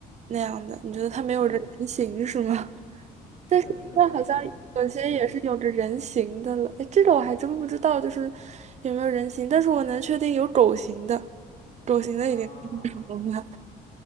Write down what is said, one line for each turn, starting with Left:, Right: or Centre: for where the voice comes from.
Right: 那样的？你觉得它没有着人形是吗？
Left: 对，
Right: <laughs>
Left: 是的，
Right: 但是现在好像有些也是有着人形的了，
Left: 是的，我理解是他们没有人形
Right: 哎，这个我还真不知道，就是有没有人形，但是我能确定有狗形的。狗型的已经很容了。
Left: 啊。